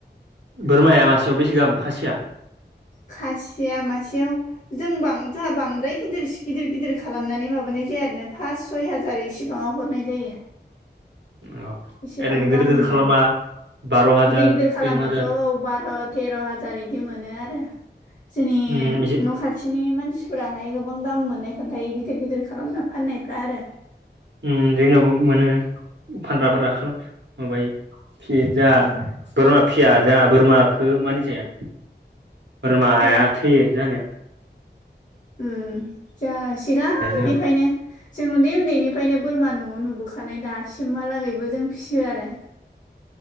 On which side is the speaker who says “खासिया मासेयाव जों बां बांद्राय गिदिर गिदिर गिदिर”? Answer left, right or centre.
Left